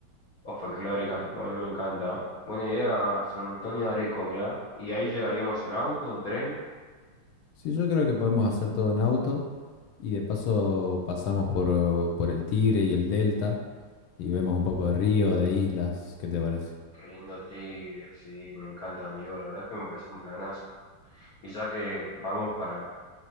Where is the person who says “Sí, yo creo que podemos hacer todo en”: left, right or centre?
Left